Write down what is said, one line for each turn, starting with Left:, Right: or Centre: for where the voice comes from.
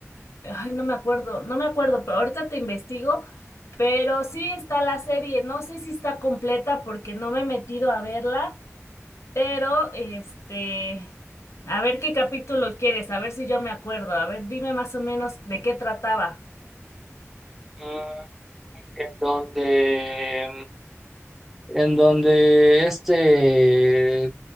Left: Ay, no me acuerdo, no me acuerdo, pero ahorita te investigo, pero sí está la serie, no sé si está completa porque no me he metido a verla, pero este, a ver qué capítulo quieres, a ver si yo me acuerdo, a ver, dime más o menos de qué trataba.
Centre: Mm, En donde, en donde este